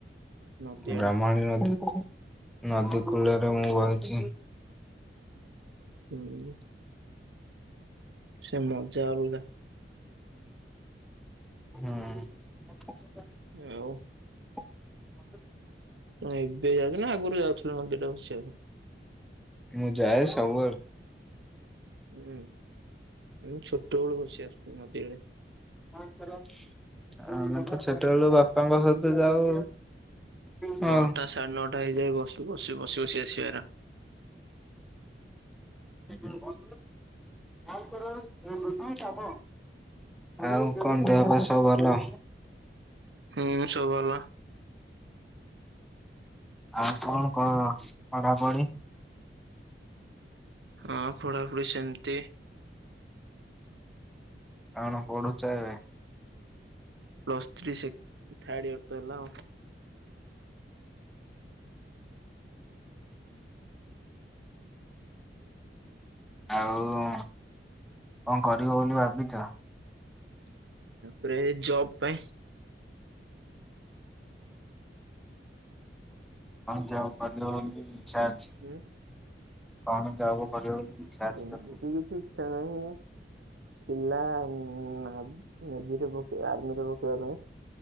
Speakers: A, on the right (about 85°); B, in the centre.
A: ନଦୀ
B: ବ୍ରାହ୍ମଣୀ
A: ଆଡେ
B: ନଦୀ-ନଦୀ କୂଳରେ ମୁଁ ବଇଚି।
A: ହୁଁ-ହୁଁ ସେ ମଜା ହୁଏ।
B: ହୁଁ।
A: ଆଉ। ତୁ ଏବେ ଯାଉଚୁ ନା ଆଗରୁ ଯାଉଥିଲୁ ନଦୀରେ ବସିବାକୁ।
B: ମୁଁ ଯାଏ ସବୁବେଳେ।
A: ହୁଁ ମୁଁ ଛୋଟବେଳୁ ବସି ଆସୁଚି ନଦୀ ଆଡେ।
B: ଆମେ ତ ଛୋଟବେଳୁ ବାପାଙ୍କ ସହିତ ଯାଉ। ହଉ
A: ନଅଟା ସାଢ଼େ ନଅଟା ହେଇଯାଏ ବସି-ବସି-ବସି-ବସି ଆସିବା।
B: <inaudible> ଆଉ କଣ ଦେହ ପା ସବୁ ଭଲ।
A: ହୁଁ ସବୁ ଭଲ।
B: ଆଉ କଣ କ ପଢାପଢି
A: ହଁ ପଢାପଢି ସେମିତି
B: କଣ ପଡୁଛ ଏବେ?
A: ପ୍ଲସ୍ ଥ୍ରୀ ସେ ଥାର୍ଡ଼ ଇୟର୍ ତ ହେଲା ଆଉ।
B: ଆଉ କଣ କରିବ ବୋଲି ଭାବିଛ?
A: ପ୍ରେ ଜବ ପାଇଁ
B: କଁ ଯାଉ ବୋଲି ବି ଇଚ୍ଛା ଅଛି <inaudible>
A: ହୁଁ।
B: କଣ ଯାବ କରିବ? ଇଚ୍ଛା ଅଛି
A: ଏବେ
B: ତଥାପି?
A: କିଛି ଇଚ୍ଛା ନାହିଁ। ଥିଲା ନେଭିରେ ଆର୍ମିରେ ପକେଇବା ପାଇଁ।